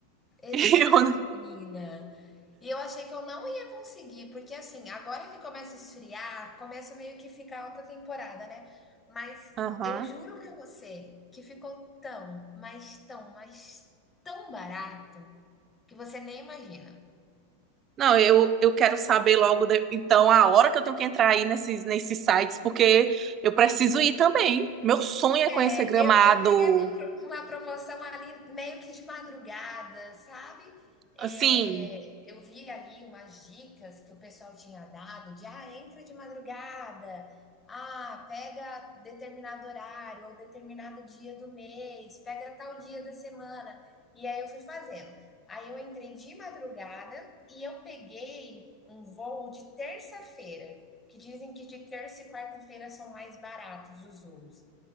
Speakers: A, on the left; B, on the right.
A: Exato,
B: <laughs> Eu... não-
A: menina. E eu achei que eu não ia conseguir, porque assim, agora que começa a esfriar, começa meio que ficar alta temporada, né? Mas
B: Aham.
A: eu juro pra você que ficou tão, mas tão, mas tão barato que você nem imagina.
B: Não, eu, eu quero saber logo, de- então, a hora que eu tenho que entrar aí nesses, nesses sites, porque eu preciso ir também. Meu sonho é
A: É,
B: conhecer Gramado.
A: eu, eu peguei uma, pro- uma promoção ali meio que de madrugada, sabe? É,
B: Assim,
A: eu vi ali umas dicas que o pessoal tinha dado de ah, entra de madrugada, ah, pega determinado horário ou determinado dia do mês, pega tal dia da semana. E aí eu fui fazendo. Aí eu entrei de madrugada e eu peguei um voo de terça-feira, que dizem que de terça e quarta-feira são mais baratos os voos.